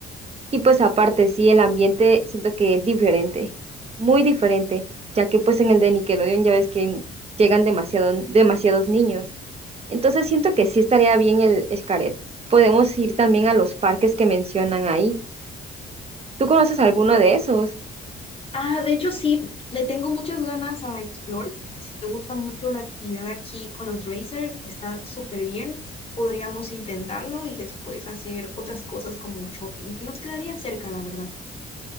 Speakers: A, on the right; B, on the left.
A: Y pues aparte, sí, el ambiente siento que es diferente, muy diferente, ya que pues en el de Nickelodeon ya ves que llegan demasiado, demasiados niños. Entonces siento que sí estaría bien el Xcaret. Podemos ir también a los parques que mencionan ahí. ¿Tú conoces alguno de esos?
B: Ah, de hecho sí, le tengo muchas ganas a Explore. Si te gusta mucho la actividad aquí con los racers, está súper bien. Podríamos intentarlo y después hacer otras cosas como shopping, que nos quedaría cerca, la verdad.